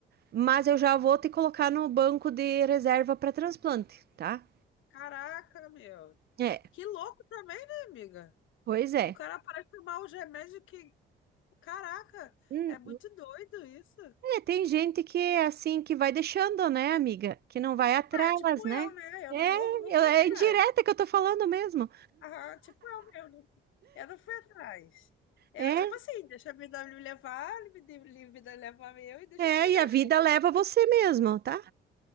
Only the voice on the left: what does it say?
caraca, meu.
Que louco também, né, amiga?
O cara parece tomar os remédios que. Caraca,
é muito doido isso.
Ah, tipo
eu, né? Eu
não vou, não
fui
atrás.
Aham, tipo eu mesmo. Eu não fui atrás. Eu,
tipo assim, deixa a vida me levar, me de- ele- vida levar eu e deixa
que se
Deus
quiser.